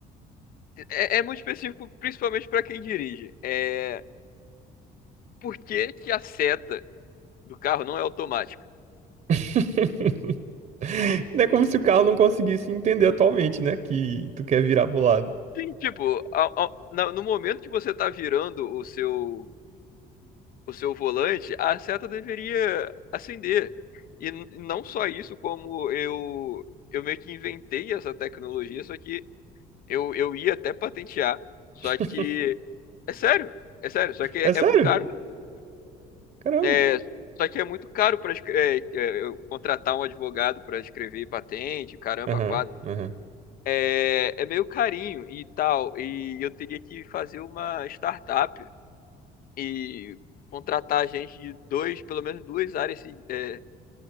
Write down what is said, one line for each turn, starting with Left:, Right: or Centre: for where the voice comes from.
Left: é, é muito específico principalmente pra quem dirige. É, por que que a seta do carro não é automática?
Right: <laughs> Não é como se o carro não conseguisse entender atualmente, né? Que tu quer virar pro lado.
Left: Sim, tipo, a- a- na- no momento que você tá virando o seu o seu volante, a seta deveria acender. E n- não só isso, como eu eu meio que inventei essa tecnologia, só que eu, eu ia até patentear, só
Right: <laughs>
Left: que é sério, é sério, só que é,
Right: É sério?
Left: é muito caro.
Right: Caramba.
Left: É, é, só que é muito caro para eu contratar um advogado para escrever patente, caramba,
Right: Aham,
Left: quatro.
Right: aham.
Left: É, é meio carinho e tal, e eu teria que fazer uma startup e contratar gente de dois, pelo menos duas áreas, se- é,